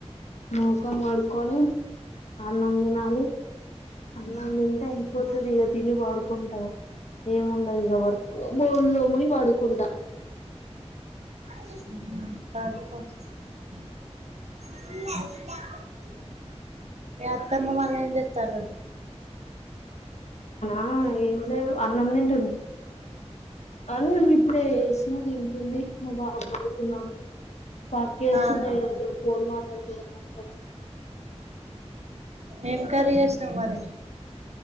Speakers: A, on the left (about 75°); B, on the right (about 70°).
A: మూఖం కడుక్కొని అన్నం తినాలి అన్నం తింటే అయిపోతది ఇక తిని పడుకుంటా ఏముండదు ఇక వర్క్ బోన్లు దోమి పడుకుంటా త్త
B: ఉహు హరిత ఈ అత్తమ్మ వాళ్ళు ఏం చేత్తరు
A: ఆ ఏం లేదు అన్నందింటుది అవును నువ్వు ఇప్పుడు ఏసిన తింటుంది మా బాబు బడు పక్కేస్తున్నా
B: ఆహా
A: ఏదో ఫోన్ మాట్లాడకుండా మాట్లాడుకు
B: ఏం కర్రీ చేసావ్ మరి